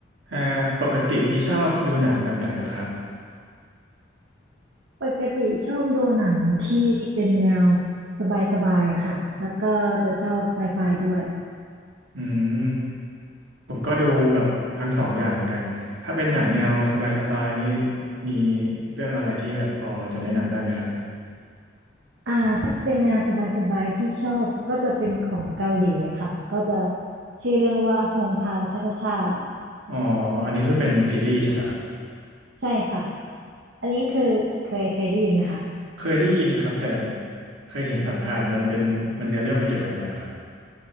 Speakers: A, on the right (about 85°); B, on the right (about 70°).
A: เอ่อปกตินี้ชอบดูหนังแบบไหนเหรอครับ
B: ปกติชอบดูหนังที่เป็นแนวสบายๆค่ะ แล้วก็จะชอบไซไฟด้วย
A: อืมผมก็ดูแบบทั้งสองอย่างเหมือนกัน ถ้าเป็นหนังแนวสบายๆนี่มีเรื่องอะไรที่แบบพอจะแนะนำได้ไหมครับ
B: อ่าถ้าเป็นแนวสบายๆที่ชอบก็จะเป็นของเกาหลีค่ะ ก็จะชื่อเรื่องว่า Hometown ชาชาชา
A: อ๋ออันนี้คือเป็นซีรีส์ใช่ปะครับ
B: ใช่ค่ะ อันนี้คือเคยเคยได้ยินไหมคะ
A: เคยได้ยินครับแต่เคยเห็นผ่านๆมันเป็นมันเนื้อเรื่องมันเกี่ยวกับอะไรเหรอครับ